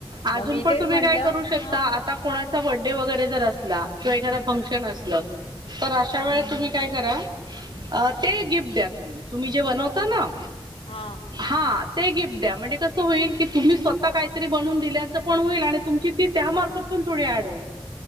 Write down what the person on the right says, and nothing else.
अजून
पण
तुम्ही
काय करू शकता
आता कोणाचा बर्डे वगैरे जर असला किंवा एखादा फंक्शन असलं तर अशा वेळेस तुम्ही काय करा, अ ते गिफ्ट द्या तुम्ही, तुम्ही जे बनवता ना
हा, ते गिफ्ट द्या, म्हणजे कसं होईल की, तुम्ही स्वतः काहीतरी बनवून दिल्याचं पण होईल, आणि तुमची ती त्या मार्फत पण थोडी ऍड होईल.